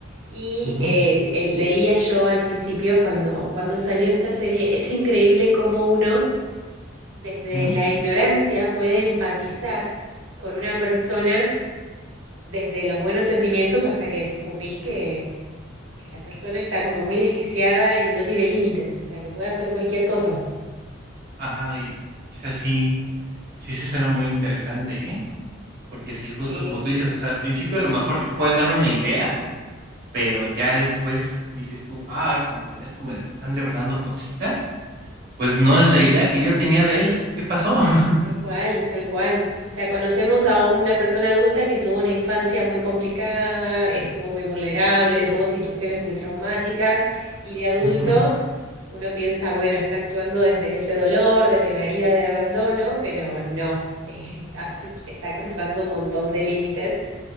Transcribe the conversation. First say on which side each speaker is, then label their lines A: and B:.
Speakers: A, on the right (about 75°); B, on the right (about 50°).
A: Y
B: Ujú,
A: eh, el- leía yo al principio cuando, cuando salió esta serie, es increíble cómo uno desde
B: ujú.
A: la ignorancia puede empatizar con una persona desde los buenos sentimientos hasta que descubrís que, que la persona está como muy desquiciada y no tiene límites, o sea, que puede hacer cualquier cosa.
B: Ay, esa sí, sí se suena muy interesante, ¿eh? Porque sí, justo
A: Sí,
B: como
A: sí,
B: tú dices, o sea, al principio a lo mejor te puede dar una idea, pero ya después dices tú: "Ay, conforme esto me lo están revelando cositas". pues no es la idea que yo tenía de él. ¿Qué pasó? <laughs>
A: Tal cual, tal cual. O sea, conocemos a una persona adulta que tuvo una infancia muy complicada, estuvo muy vulnerable, tuvo situaciones muy traumáticas y de adulto
B: Ujú,
A: uno piensa, bueno, está actuando desde ese dolor, desde la herida de abandono, pero no, <laughs> está, está cruzando un montón de límites